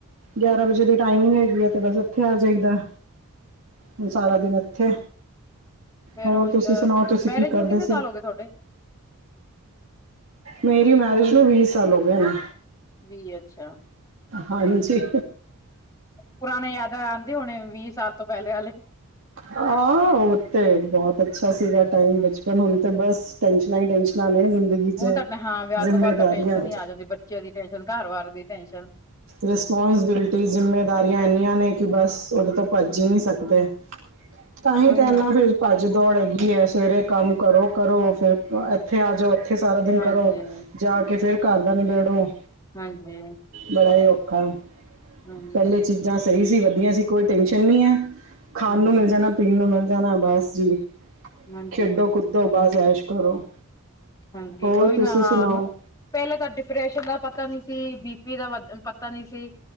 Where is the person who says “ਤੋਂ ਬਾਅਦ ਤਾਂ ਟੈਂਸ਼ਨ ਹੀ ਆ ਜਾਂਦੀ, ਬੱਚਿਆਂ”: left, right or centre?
Left